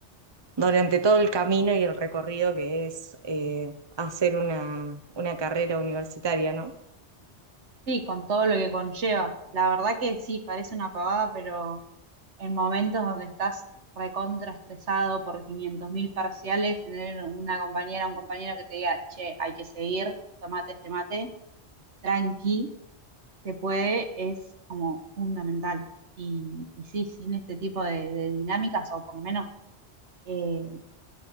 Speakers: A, on the right; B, on the right.
A: durante todo el camino y el recorrido que es eh, hacer una, una carrera universitaria, ¿no?
B: sí, con todo lo que conlleva. La verdad que sí, parece una pavada, pero en momentos donde estás recontra estresado por 500.000 parciales, tener una compañera o un compañero que te diga, che, hay que seguir, tomate este mate, tranqui se puede es como fundamental. Y, y sí, sin este tipo de, de dinámicas, o por lo menos, eh, no